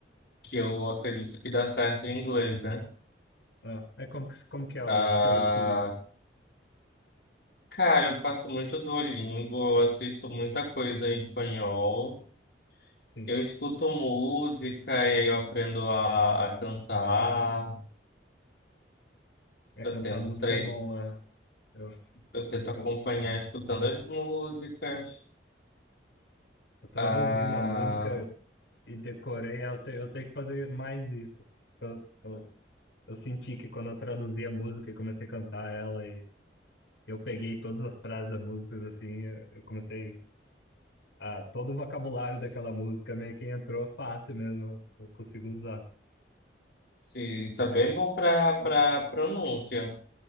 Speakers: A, on the left (about 60°); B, on the left (about 80°).
A: que eu acredito que dá certo em inglês, né?
B: Ah, é como que, como que é o
A: Ah,
B: seu estudo?
A: cara, eu faço muito Duolingo, eu assisto muita coisa em espanhol,
B: Sim,
A: eu escuto música e aí eu aprendo a, a cantar,
B: é
A: eu
B: cantar
A: tento
B: música
A: tre
B: é bom. ah. Eu,
A: eu tento acompanhar
B: eu,
A: escutando as músicas.
B: eu traduzi
A: Ah,
B: uma música e decorei, ah, eu, te, eu tenho que fazer mais isso. Eu, eu senti que quando eu traduzi a música e comecei a cantar ela e eu peguei todas as frases da música, assim, eu, eu comecei a todo o vocabulário
A: s-
B: daquela música meio que entrou fácil mesmo. Eu consigo usar.
A: se, isso é bem
B: É,
A: bom para para pronúncia.